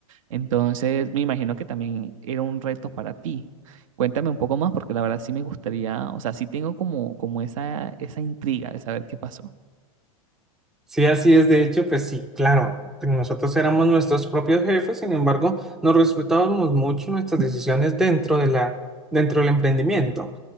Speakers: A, on the right; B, in the centre.
A: Entonces, me imagino que también era un reto para ti. Cuéntame un poco más, porque la verdad sí me gustaría, o sea, sí tengo como, como esa, esa intriga de saber qué pasó.
B: Sí, así es. De hecho, pues sí, claro, nosotros éramos nuestros propios jefes, sin embargo, nos respetábamos mucho nuestras decisiones dentro de la, dentro del emprendimiento.